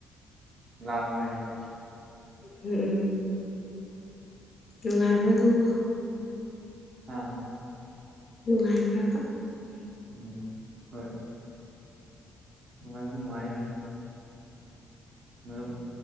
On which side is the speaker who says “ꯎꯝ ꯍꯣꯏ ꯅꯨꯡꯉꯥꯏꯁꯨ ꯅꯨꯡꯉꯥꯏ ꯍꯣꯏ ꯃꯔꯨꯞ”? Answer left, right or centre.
Right